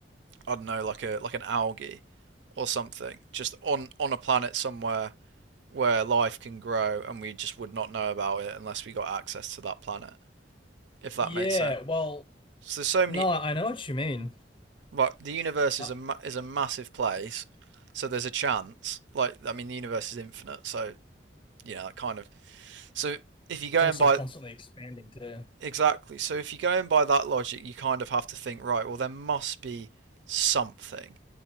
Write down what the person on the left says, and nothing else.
Yeah.
Well,
no, I I know what you mean.
Uh,
it's also
constantly expanding too.